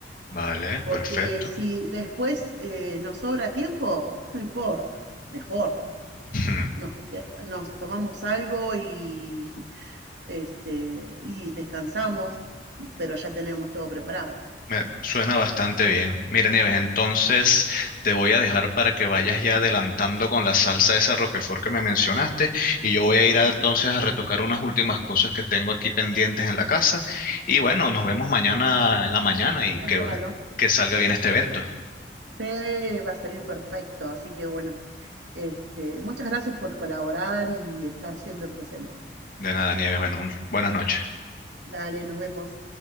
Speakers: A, on the left; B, on the right.
A: Vale,
B: Porque
A: perfecto.
B: si después eh, nos sobra tiempo, no importa, mejor.
A: <laughs>
B: Nos, que- nos tomamos algo y, <laughs> este, y descansamos, pero ya tenemos todo preparado.
A: Me suena bastante bien. Mira, Nieves, entonces te voy a dejar para que vayas ya adelantando con la salsa esa Roquefort que me mencionaste
B: Sí,
A: y yo voy a ir a-
B: sí,
A: entonces a retocar unas últimas cosas que tengo aquí pendientes en la casa y bueno, nos vemos mañana en la mañana y
B: temprano.
A: que, que salga bien este evento.
B: Sí, va a salir perfecto. Así que bueno, este, muchas gracias por colaborar y estar siempre presente.
A: De nada, Nieves, bueno, un- buenas noches.
B: Dale, nos vemos.